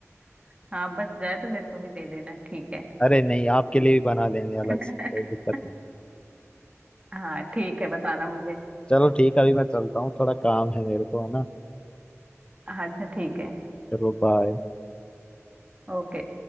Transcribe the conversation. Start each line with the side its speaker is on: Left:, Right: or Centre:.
Right: <laughs> हाँ बच जाए तो मेरे को भी दे देना ठीक है
Left: अरे नहीं आपके लिए भी बना लेंगे अलग
Right: <laughs>
Left: से कोई दिक्कत नहीं
Right: हाँ ठीक है बताना मुझे
Left: चलो ठीक है अभी मैं चलता हूँ थोड़ा काम है मेरे को है ना
Right: हाँ, अच्छा ठीक है
Left: चलो बाय
Right: ओके